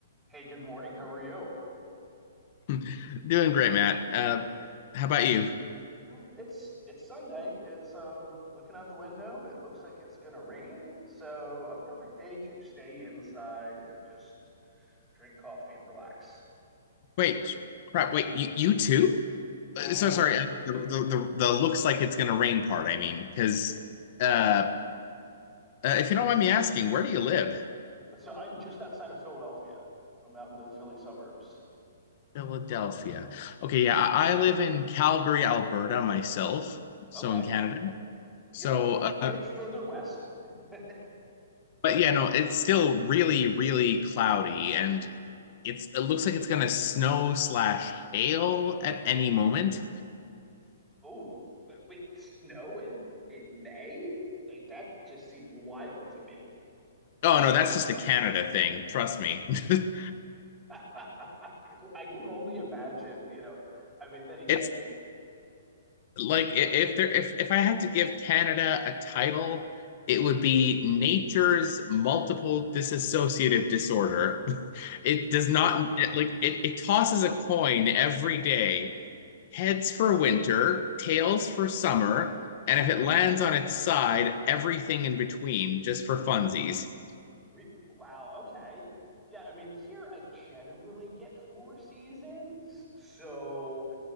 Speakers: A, in the centre; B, on the left.
A: Hey, good morning. How are you?
B: <laughs> Doing great, Matt. Uh, how about you?
A: Well, It's it's Sunday. It's um looking out the window, it looks like it's gonna rain. So a perfect day to stay inside and just drink coffee and relax.
B: Wait, sh- crap. Wait, you, you too?
A: Mhm.
B: Uh, So sorry. uh, The, the the the looks like it's gonna rain part. I mean, because uh, uh, if you don't mind me asking, where do you live?
A: So I'm just outside of Philadelphia. I'm out in the Philly suburbs.
B: Philadelphia. Okay, yeah, I, I live in Calgary, Alberta myself, so
A: Okay.
B: in Canada.
A: You're
B: So,
A: a
B: uh,
A: bit further west. <laughs>
B: but yeah, no, it's still really, really cloudy, and it's it looks like it's gonna snow slash hail at any moment.
A: Oh, but wait, snow in in May? Like that just seems wild to me.
B: Oh no, that's just a Canada thing. Trust me. <laughs>
A: <laughs> I can only imagine, you know. I mean, then again,
B: It's like i- if there if if I had to give Canada a title, it would be nature's multiple dissociative disorder. <laughs> It does not it, like it, it tosses a coin every day, heads for winter, tails for summer, and if it lands on its side, everything in between just for funsies.
A: re wow, okay. Yeah, I mean, here I generally get four seasons. So,